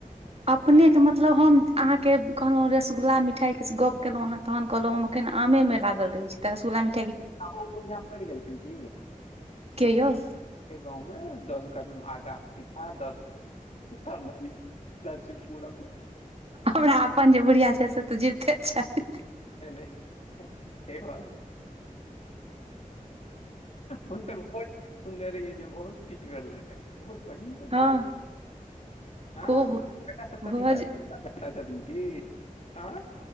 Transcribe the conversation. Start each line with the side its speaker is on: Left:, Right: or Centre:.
Right: अपनेके मतलब हम आन्हा के कहलहुं रसगु्ला मिठाई के गप केलों तहन कहलं अ एखन आमे मे लागल रहे छै त रसुल्ला मि
Left: आ ओ बढ़आ मड़ि गेलखिन कि जे
Right: के
Left: छलखिन
Right: यौ
Left: गाँव में दस ग आधा पीठा दस ग प्राचन पूरा
Right: हमरा अपन जे बुढ़िया छै <inaudible>
Left: नहि नहि ते अर हुनक ब सुननेे रहियै जे बहुत पजल रहेै बहुत बहींगर
Right: हँ
Left: बोझ आँ
Right: खूब
Left: काका सभ कथी
Right: भोज
Left: चार बेटा छथिन की आँ